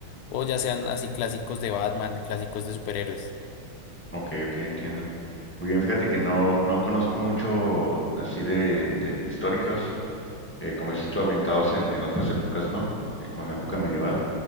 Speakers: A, on the left; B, in the centre.
A: O ya sean así clásicos de Batman, clásicos de superhéroes.
B: ok, ok, entiendo. Muy bien, fíjate que no, no conozco mucho así de, de históricas. eh, como dices tú, ambientados en, en otras épocas, ¿no? Eh, como en la época medieval,